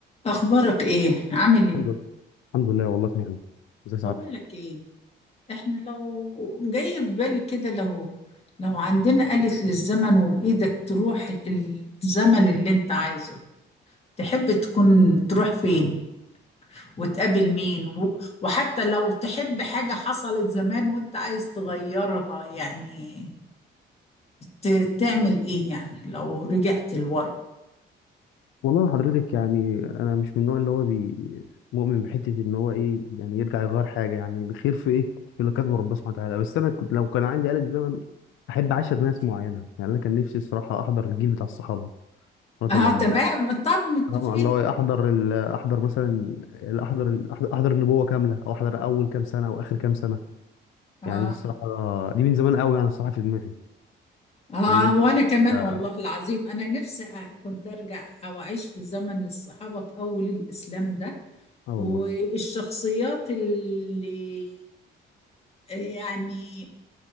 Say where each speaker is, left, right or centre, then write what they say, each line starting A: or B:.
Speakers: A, on the left; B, on the left.
A: اخبارك ايه عامل ايه
B: الحمد لله الحمد لله والله في نعمة ازي سعادتك
A: بقول لك ايه احنا لو جاي في بالي كده لو لو عندنا آلة للزمن وبايدك تروح الزمن اللي انت عايزه تحب تكون تروح فين وتقابل مين و- وحتى لو تحب حاجة حصلت زمان وانت عايز تغيرها يعني ت- تعمل ايه يعني لو رجعت لورا
B: والله أنا حضرتك يعني انا مش من النوع اللي هو بي مؤمن بحتة ان هو ايه يعني يرجع يغير حاجة يعني الخير في ايه في اللي كاتبه ربنا سبحانه وتعالى بس انا كنت لو كان عندي آلة زمن احب عاشر ناس معينة يعني انا كان نفسي الصراحة احضر الجيل بتاع الصحابة رضي
A: اه
B: الله
A: تمام
B: عنهم
A: طب متفقين
B: آه، اللي هو إيه، احضر ال- احضر مثلا ال- احضر ال- احضر أحضر النبوة كاملة او احضر اول كام سنة واخر كام سنة
A: اه
B: يعني دي الصراحة دي من زمان قوي يعني الصراحة في دماغي
A: آه
B: الناس دي
A: وأنا
B: عايشة-
A: كمان والله العظيم أنا نفسي أ- كنت أرجع أو أعيش في زمن الصحابة في أول الإسلام ده
B: اه والله
A: والشخصيات اللي يعني